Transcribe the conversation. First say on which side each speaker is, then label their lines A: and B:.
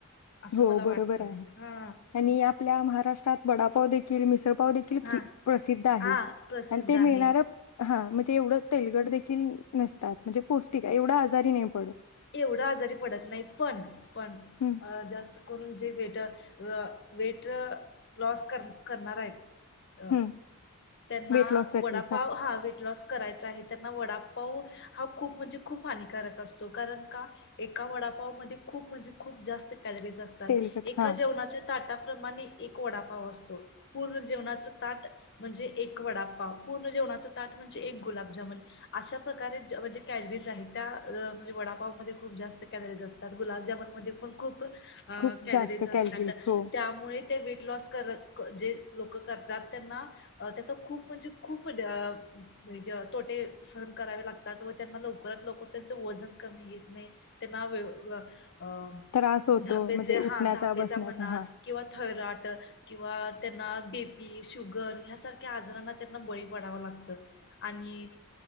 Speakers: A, on the left; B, on the left.
A: असं
B: हो,
A: मला
B: बरोबर
A: वाटतं
B: आहे
A: हा
B: आणि आपल्या महाराष्ट्रात वडापाव दे <unintelligible> <unintelligible> देखील
A: हा
B: प्रसिद्ध आहे
A: हा प्रसिद्ध
B: आणि ते
A: आहे
B: मिळणार हा म्हणजे, एवढ तेलगट <inaudible> नसतात म्हणजे पौष्टिक आहे एवढा <unintelligible>
A: एवढा आजारी पडत नाही पण पण
B: हं
A: जास् करून जे वेट वेट लॉस कर करणार आहेत. अ
B: हं
A: त्यांना
B: वेट लॉस साठी
A: वडापाव हा भेट लॉस करायचा आहे त्यांना वडापाव हा खूप म्हणजे खूप हानिकारक अस तो कारण का एका वडापाव मध्ये खूप म्हणजे खूप जास्त कॅलरीज असतात
B: तेलकट
A: एका
B: हा
A: जेवणाच्या ताटात प्रमाणे एक वडापाव असतो पूर्ण जेवणाच ताट म्हणजे एक वडापाव पूर्ण जेवणाच ताट म्हणजे एक गुलाबजामन अशा प्रकारे म्हणजे कॅलरीज आहे त्या अ म्हणजे वडापावमध्ये खूप जास्त कॅलरीज असतात. गुलाबजामुनमध्ये पण खूप
B: खूप
A: कॅलरीज
B: जास्त
A: असतात
B: कॅलरीज हो
A: त्यामुळे ते वेट लॉस करत जे लोक करतात त्यांना त्याच खूप म्हणजे खूप अ तोटे सहन करावे लागतात व त्यांना लवकरात लवकर त्यांच वजन कमी येत नाही त्यांना वे व अ
B: त्रास होतो
A: धापेचे
B: म्हणजे उठण्याचा
A: हा धापेचा
B: बसण्याचा
A: म्हणा
B: हा
A: किंवा थायरॉट किंवा त्यांना बीप पी, शुगर यासारख्या आजारांना त्यांना बळी पडावं लागतं आणि